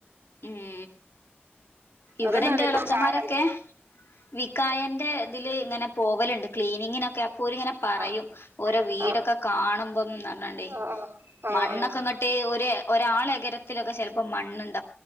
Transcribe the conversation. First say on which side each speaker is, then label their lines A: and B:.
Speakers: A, on the left (about 80°); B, on the right (about 75°).
A: മ് ഇവടെ
B: അതന്നെ
A: ന്റെ
B: ആലോചിക്കുമ്പോ
A: ഇളച്ചന്മാരൊക്കെ
B: പാവാണ്
A: വിക്കായന്റെ തില് ങ്ങനെ പ് പോവല്ണ്ട് ക്ലീനിങ്ങിനൊക്കെ അപ്പോല്ങ്ങനെ പറയും
B: ആഹ്
A: ഓരോ വീടൊക്കെ
B: ആഹ്
A: കാണുമ്പം <unintelligible>
B: ആഹ് ആഹ്
A: മണ്ണൊക്കെങ്ങട്ട്
B: ആഹ്
A: <unintelligible> ഒര് ഒരാളെകരത്തിലൊക്കെ ചെലപ്പോ മണ്ണ്ണ്ട്